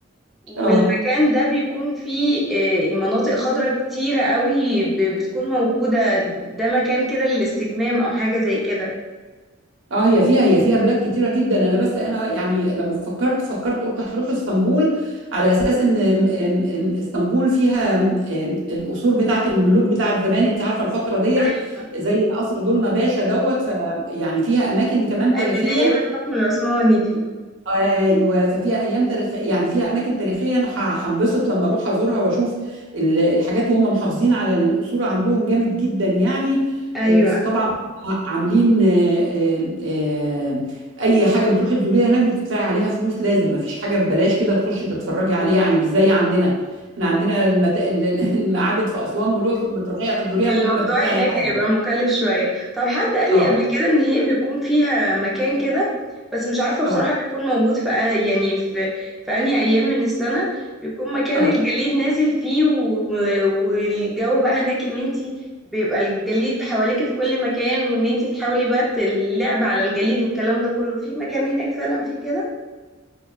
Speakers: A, in the centre; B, on the right.
A: والمكان
B: اه
A: ده بيكون فيه آه، مناطق خضراء كتيرة قوي ب- بتكون موجودة ده مكان كده للاستجمام أو حاجة زي كده
B: اه هي فيها هي فيها بلاد كتيره جدا انا بس انا يعني لما فكرت فكرت قلت هروح اسطنبول على اساس ان ام- ام- ام اسطنبول فيها ام- ام القصور بتاعه الملوك بتاعه زمان انت عارفه الفتره ديت
A: أيوة
B: زي قصر دولما باشا دوت ف يعني فيها اماكن كمان تاريخيه
A: من أيام الحكم العثماني دي
B: ايوه ففيها ايام تاريخ يعني فيها اماكن تاريخيه انا ح- هنبسط لما اروح ازورها واشوف ال- الحاجات وهم محافظين على الاصول عندهم جامد جدا يعني
A: أيوة
B: آه، بس طبعا هم عاملين آه، آه، آه، اي حاجه بتروحي تزوريها هناك بتدفعي عليها فلوس لازم ما فيش حاجه ببلاش كده تخشي تتفرجي عليها يعني مش زي عندنا احنا عندنا المت... ال- ال- المعابد في اسوان والاقصر بتروحيها تزوريها
A: الموضوع
B: من غير ما تدفعي
A: هناك
B: حاجه
A: هيبقى مكلف شوية طب حد قال
B: اه
A: لي قبل كده ان هي بيكون فيها مكان كده بس مش عارفة بصراحة
B: اه
A: بيكون موجود في يعني في في انهي ايام من السنة بيكون مكان
B: اه
A: الجليد نازل فيه و- والجو بقى هناك ان انتي بيبقى الجليد حواليكي في كل مكان وان انتي تحاولي بقى اللعب على الجليد والكلام ده كله في مكان هناك فعلا فيه كده